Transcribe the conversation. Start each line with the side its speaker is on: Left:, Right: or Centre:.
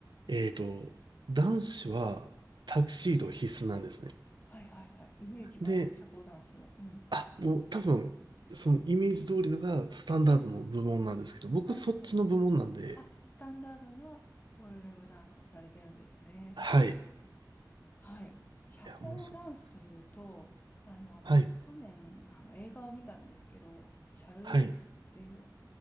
Right: えーと、男子はタキシード必須なんですね。
Left: はいはいはい。イメージがあります。
Right: で、
Left: 社交ダンスの。うん。
Right: あ、もう多分、そのイメージ通りのがスタンダードの部門なんですけど、僕そっちの部門なんで、
Left: なるほど。あ、スタンダードなボールルームダンスをされてるんですね。
Right: はい。い
Left: はい。社交ダンスというと、
Right: や、もうそう。
Left: あの、私、
Right: はい。
Left: 去年、あの、映画を見たんですけど、シャルウィーダンスっていう
Right: はい。